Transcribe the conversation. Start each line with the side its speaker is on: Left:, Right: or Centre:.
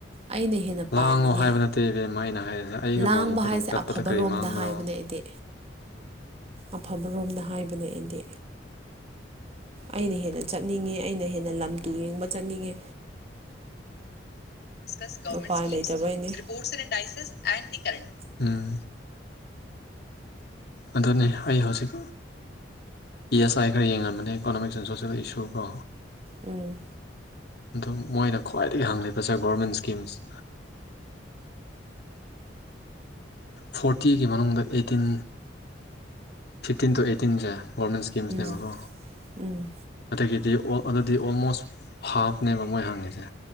Right: ꯑꯩꯅ ꯍꯦꯟꯅ
Left: ꯂꯥꯡꯉꯣ
Right: ꯄꯥꯝꯃꯤꯅꯦ
Left: ꯍꯥꯏꯕ ꯅꯠꯇꯦ ꯏꯕꯦꯝꯃ ꯑꯩꯅ ꯍꯥꯏꯔꯤꯁꯦ ꯑꯩꯒ
Right: ꯂꯥꯡꯕ
Left: ꯅꯣꯡꯃ ꯐꯗꯣꯛ
Right: ꯍꯥꯏꯁꯦ
Left: ꯆꯠꯄꯗ
Right: ꯑꯐꯕꯔꯣꯝꯗ
Left: ꯀꯔꯤ ꯃꯥꯡꯕꯅꯣ
Right: ꯍꯥꯏꯕꯅꯦ
Left: <inaudible>
Right: ꯑꯩꯗꯤ ꯑꯐꯕꯔꯣꯝꯗ ꯍꯥꯏꯕꯅꯦ ꯑꯩꯗꯤ ꯑꯩꯅ ꯍꯦꯟꯅ ꯆꯠꯅꯤꯡꯉꯦ ꯑꯩꯅ ꯍꯦꯟꯅ ꯂꯝ ꯇꯨ ꯌꯦꯡꯕ ꯆꯠꯅꯤꯡꯉꯦ
Left: ꯗꯤꯁꯀꯁ ꯒꫭꯃꯦꯟꯠ
Right: ꯎꯄꯥꯏ
Left: ꯁꯀꯤꯝꯁ
Right: ꯂꯩꯇꯕꯩꯅꯦ
Left: ꯔꯤꯄꯣꯔꯁ ꯑꯦꯟ ꯗꯥꯏꯁꯦꯁ ꯑꯦꯟꯗꯤ ꯀꯔꯦꯟ ꯎꯝ ꯑꯗꯨꯅꯦ ꯑꯩ ꯍꯧꯖꯤꯛ ꯌꯦꯁ ꯑꯥꯏ ꯈꯔ ꯌꯦꯡꯉꯝꯕꯅꯦ ꯏꯀꯣꯅꯣꯃꯤꯛꯁ ꯑꯦꯟ ꯁꯣꯁꯦꯜ ꯏꯁꯨ ꯀꯣ
Right: ꯎꯝ
Left: ꯑꯗꯣ ꯃꯣꯏꯅ ꯈ꯭ꯋꯥꯏꯗꯒꯤ ꯍꯪꯂꯤꯕꯁꯦ ꯒꯣꯔꯃꯦꯟ ꯁ꯭ꯀꯤꯝꯁ ꯐꯣꯔꯇꯤꯒꯤ ꯃꯅꯨꯡꯗ ꯑꯦꯇꯤꯟ ꯐꯤꯞꯇꯤꯟ ꯇꯨ ꯑꯩꯠꯇꯤꯟꯁꯦ ꯒꯣꯔꯃꯦꯟ ꯁ꯭ꯀꯤꯝꯁꯅꯦꯕꯀꯣ
Right: ꯎꯝ ꯎꯝ
Left: ꯑꯗꯒꯤꯗꯤ ꯑꯗꯨꯗꯤ ꯑꯣꯜꯃꯣꯁ ꯍꯥꯞꯅꯦꯕ ꯃꯣꯏ ꯍꯪꯉꯤꯁꯦ